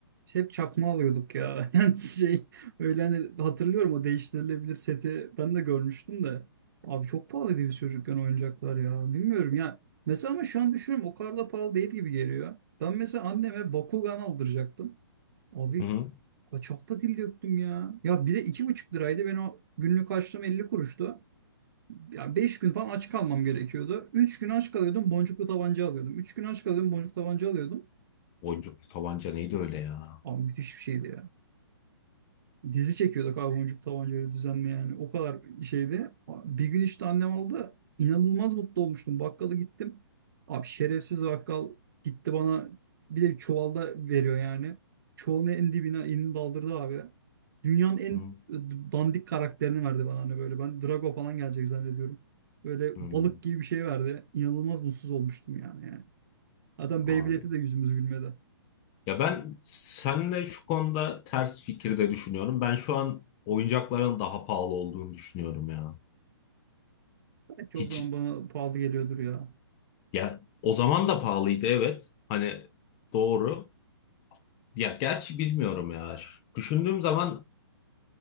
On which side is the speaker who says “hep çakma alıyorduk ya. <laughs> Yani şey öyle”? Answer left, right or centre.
Right